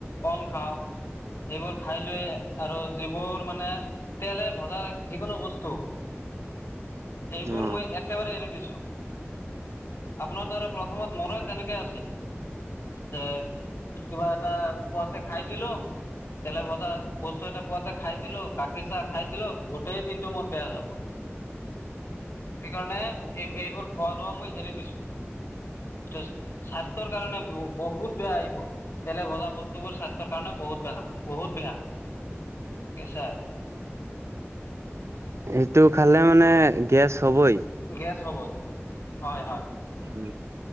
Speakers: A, on the left; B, on the right.
A: কল খাওঁ এইবোৰ খাই লৈ আৰু যিবোৰ মানে তেলে ভজা যিকোনো বস্তু এইবোৰ
B: অ
A: মই একেবাৰে এৰি দিছো। আপোনাৰ দৰে প্ৰথমত মন তেনেকে আছিল, সেক কিবাত- তা পুৱাতে খাই দিলোঁ। তেলে ভজা বস্তু এটা পোৱাতে খাই দিলো গাখীৰ চাহ খাই দিলো গোটেই দিনটো মোৰ বেয়া যাওঁক। সেইকাৰণে এই এইবোৰ খোৱা লোৱা মই এৰি দিছোঁ তেচ স্বাস্থ্যৰ কাৰণে বহুত বেয়া এইবোৰ। তেলে ভজা বস্তুবোৰ স্বাস্থ্যৰ কাৰণে বহুত বেলা বহুত বেয়া ঠিক আছে।
B: সেইটো খালে মানে গেছ হবই।
A: গেছ হ'বই হয় হয়।
B: উ